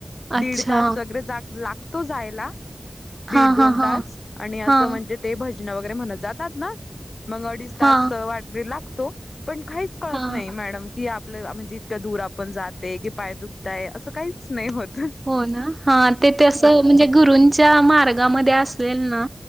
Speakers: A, on the left; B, on the right.
A: दीड
B: अच्छा.
A: तास सगळ जा लाग तो जायला दीड
B: हां,
A: दोन
B: हां, हां.
A: तास आणि अस
B: हां,
A: म्हणजे ते भज वगरे म्हणत जातात ना मग अडीच तास
B: हां,
A: वाटरी लागतो पण काहीच कळत
B: हां.
A: नाही मॅडम की आप म्हणजे इतकं दूर आपण जाते की पाय दुखतय असं काहीच नाही होत
B: हो ना हा ते म्हणजे गरूंच्या मार्गामध्ये अस असल ना